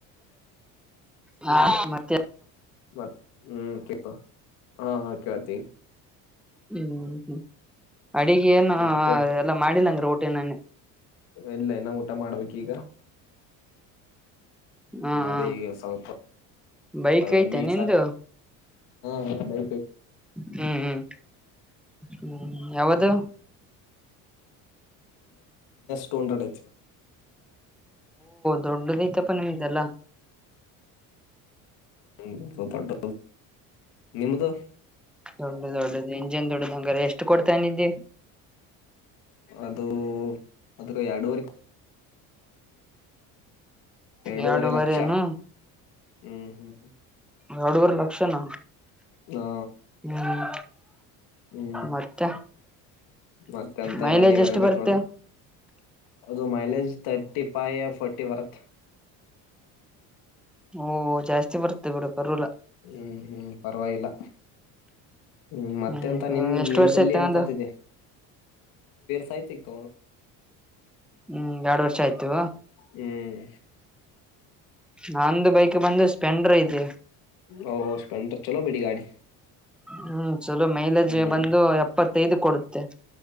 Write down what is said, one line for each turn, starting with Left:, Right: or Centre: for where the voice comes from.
Left: ಹ್ಮ್
Centre: ಹಾ ಮತ್ತೆ
Left: ಮತ್ ಹ್ಮ್ ಕತ್ತ ಹಾ ಹಾ ಕೇೇಳತಿ ಈಗ <inaudible>
Centre: ಹ್ಮ್ ಹ್ಮ್ ಅಡಿಗೆ ಏನು
Left: ಮತ್ತೆ
Centre: ಎಲ್ಲಾ ಮಾಡಿಲ್ಲಂಗ್ರ ಊಟಿನ
Left: ಇಲ್ಲ ಇನ್ನ ಊಟ ಮಾಡ್ಬೇಕ ಈಗ
Centre: ಹಾ
Left: ್ಮ
Centre: ಹ
Left: ಅದೇ ಈಗ ಸ್ವಲ್ಪ
Centre: ಬೈಕ್ ಐತೆ
Left: ಎಮ್ಮಿ
Centre: ನಿಂದು
Left: ಹಾ ಹಾ ಬೈ
Centre: ಹ್ಮ್ ಹ್ಮ್ ಹ್ಮ್ ಯಾವದು
Left: ಟೂ ಹಂಡ್ರೆಡ್ ಆು
Centre: ದೊಡ್ಡ ದಿತ ಪ ತಲ್ಲ
Left: ಹ್ಮೊಡ್ ನಿಮ್ದು
Centre: ದೊಡ್ಡ ದೊಡ್ಡದು ಇಂಜನ್ ದೊಡ್ಡದ ಹಂಗಾರ ಎಷ್ಟು ಕೊಡ್ತನಿದ್ದೆ
Left: ಅದು ಅದು ಅಡುವರಿ ಎರಡೂವರೆ
Centre: ಎರಡೂವರೆನು
Left: ಲಕ್ಷ ಹ್ಮ್ ಹ್ಮ್ ಹ್ಮ
Centre: ಎರಡೂವರೆ ಲಕ್ಷನ
Left: ಹಾ
Centre: ಹ್ಮ್
Left: ಹ್ಮ್
Centre: ಮತ್ತೆ
Left: ಮತ್ತೆ ಎಂತ
Centre: ಮೈಲೇಜ್
Left: ಇಲ್ಲ ನೀವ್
Centre: ಎಷ್ಟು
Left: ಹೇಳ್ಬೇಕು
Centre: ಬರುತ್ತೆ
Left: ನೋಡಿ ಅದು ಮೈಲೇಜ್ ತರ್ಟಿ ಫೈ ಫೋರ್ಟಿ ಬರುತ್
Centre: ಓ ಜಾಸ್ತಿ ಬರುತ್ತೆ ಬಿಡು ಪರ್ಲ
Left: ಹ್ಮ್ ಹ್ಮ್ ಪರವಾಗಿಲ್ಲ ಹ್ಮ ಮತ್ತೆ
Centre: ಹ್ಮ್
Left: ಅಂತ ನಿನ್
Centre: ಎಷ್ಟು
Left: ನಿನ್
Centre: ವರ್ಷ
Left: ಬಲ್ಲಿ
Centre: ಆಯ್ತ
Left: ಎಂತ್ದಿದೆು
Centre: ನಂದು
Left: ಸೈತಿಡ
Centre: ಹ್ಮ್ ಎರಡು ವರ್ಷ ಆಯ್ತು
Left: ಹ್ಮ್
Centre: ನಂದು ಬೈಕ್ ಬಂದು ಸ್ಪೆಂಡರ್ ಇದೆ
Left: ಓ ಸ್ಪಲಂಡರ್ ಚಲೋ ಬಿಡಿ ಗಾಡಿ
Centre: ಹ್ಮ್ ಚಲೋ ಮೈಲೇಜ್
Left: ಹ್ಮ್
Centre: ಬಂದು ಎಪ್ಪತ್ತೈದು ಕೊಡುತ್ತೆ